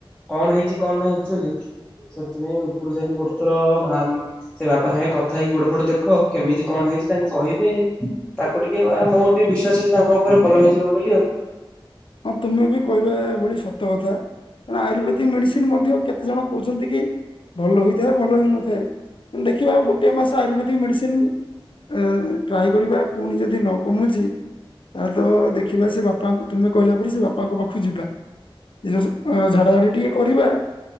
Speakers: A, in the centre; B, on the left (about 65°).
A: କଣ ହେଇଚି କଣ ନାହିଁ। ସେଥିପାଇଁ ଉପରୁ ଯାଇକି ଗୋଟେ ଥର ମା ସେ ବାପା ସାଙ୍ଗେ କଥା ହେଇ ଗୋଡ ଫୋଦ ଦେଖ କେମିତି କଣ ହେଇଚି ତାଙ୍କେ କହିବେ। ତାକୁ ଟିକେ ମା ମୋର ଟିକେ ବେଶି ତାଙ୍କ ଉପରେ ଭଲ ହେଇଯିବ ବୋଲି ଆଉ।
B: ହଁ ତୁମେ ବି କହିବା ଭଳି ସତ କଥା। କଣ ଆୟୁର୍ବେଦି ମେଡ଼ିସିନ୍ ମଧ୍ୟ କେତେ ଜଣ କହୁଚନ୍ତି କି ଭଲ ହେଇଥାଏ ଭଲ ହେଇନଥାଏ କିନ୍ତୁ ଦେଖିବା ଗୋଟେ ମାସ ଆୟୁର୍ବେଦି ମେଡ଼ିସିନ୍ ଏ ଟ୍ରାଏ କରିବା ପୁଣି ଯଦି ନ କମୁଁଚି ଆ ତ ଦେଖିବା ସେ ବାପାଙ୍କ ତମେ କହିଲା ପରେ ସେ ବାପାଙ୍କ ପାଖକୁ ଯିବା। ଯଉ ଏଁ ଝାଡାଝଡି ଟିକେ କରିବା।